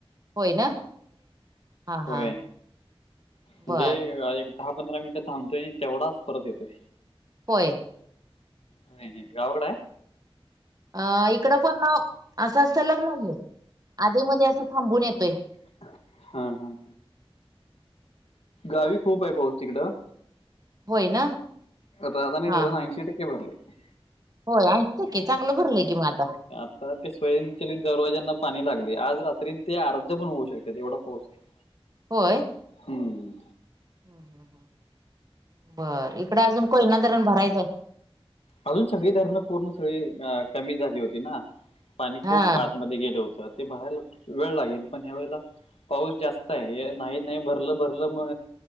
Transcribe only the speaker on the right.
होय ना. हा
हा
बर
होय.
अ इकडं पण असा सलग नाहीये अधे मध्ये असं थांबून येतोय.
होय ना.
हा
हा
होय ऐंशी टक्के चांगलं भरलंय की मग आता.
होय?
ह ह ह बर इकड अजून कोयना धरण भरायचंय.
हा.